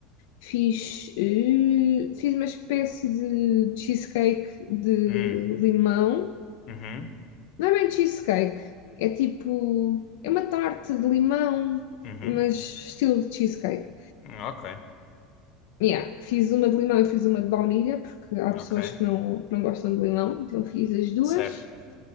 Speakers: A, on the left (about 80°); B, on the left (about 40°).
A: fiz, eh, fiz uma espécie de cheesecake de
B: Hum,
A: limão.
B: uhum,
A: Não é bem cheesecake, é tipo, é uma tarte de limão,
B: uhum,
A: mas estilo de cheesecake.
B: Hum, ok,
A: Yeah, fiz uma de limão e fiz uma de baunilha, porque há pessoas
B: ok,
A: que não, que não gostam de limão, então fiz as duas.
B: certo.